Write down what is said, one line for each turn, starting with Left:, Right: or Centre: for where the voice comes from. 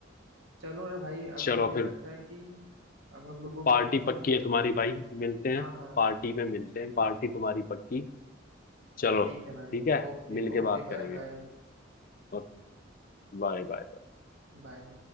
Right: चलो ना भाई अब
Left: चलो
Right: मुझे लगता
Left: फिर
Right: है कि अब हम लोगों
Left: पार्टी
Right: को थोड़ा सा
Left: पक्की है तुम्हारी भाई मिलते हैं
Right: हाँ हाँ
Left: पार्टी में मिलते हैं पार्टी तुम्हारी पक्की चलो
Right: ठीक है भाई
Left: ठीक है
Right: Okay
Left: मिल के
Right: okay
Left: बात करेंगे
Right: bye bye
Left: और बाय बाय
Right: Bye